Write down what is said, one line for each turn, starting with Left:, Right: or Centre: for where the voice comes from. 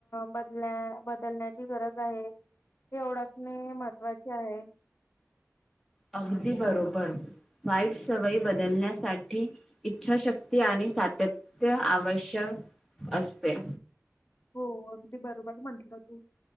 Left: बद बदलण्याची गरज आहे. हे ओडखणे महत्वाचे आहे.
Centre: अगदी बरोबर. वाईट सवयी बदलण्यासाठी इच्छाशक्ती आणि सातत्य आवश्यक असते
Left: हो अगदी बरोबर म्हंटलं तू